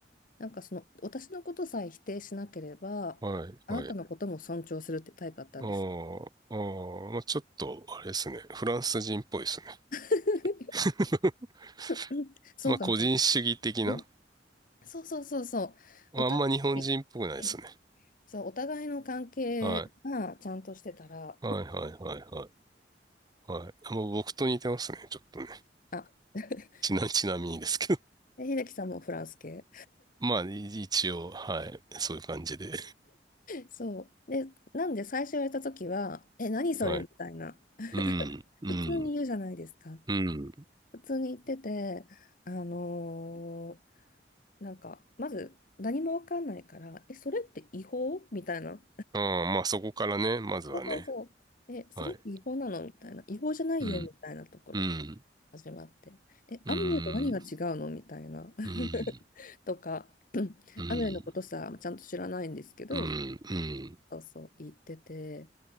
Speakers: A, on the left; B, on the right.
A: なんかその私のことさえ否定しなければあなたのことも尊重するってタイプだったんです。
B: はいはい。ああ、ああ、まあちょっと、あれですね。フランス人っぽいですね。
A: <laughs>
B: <laughs>
A: うんそうかな、
B: まあ個人主義的な。
A: うんそうそうそうそう。
B: まあんま日本人っぽくないですね。
A: お互い、えそう、お互いの関係がちゃんとしてたら、
B: はい。はいはいはいはい。はい。あもう僕と似てますね。ちょっとね。
A: あ、<laughs>
B: ちな、ちなみにですけど。
A: で秀樹さんもフランス系。
B: <laughs> まあい一応、はい。そういう感じで。
A: そう。で、なんで最初言われた時は、え、何それみたいな。
B: はい。うん、うん、
A: 普通に言うじゃないですか。
B: うん。
A: 普通に言ってて、あのーなんか、まず何もわかんないから、え、それって違法みたいな。
B: ああ、まあそこからね、まずはね。
A: そうそうそう。え、それって違法なのみたいな。
B: はい。
A: 違法じゃないよみたいなところから始まって。
B: うん、うん、
A: え、
B: うん、
A: アムウェイと何が違うのみたいな。<laughs>
B: うん。
A: とか、<clears throat> うんアムウェイのことさ、
B: うん、
A: ちゃんと知らないんですけど、
B: うん、うん、
A: そうそう、言ってて。